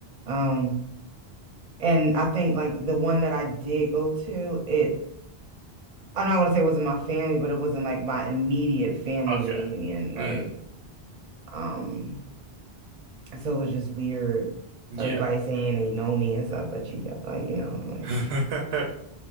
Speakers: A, on the right (about 45°); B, on the right (about 85°).
A: Um, and I think like the one that I did go to, it I'm not gonna say it wasn't my family, but it wasn't like my immediate family
B: Okay.
A: reunion. Like,
B: Mm,
A: um, so it was just weird.
B: yeah.
A: Everybody saying they know me and stuff, but you don't, like, you know, like,
B: <laughs>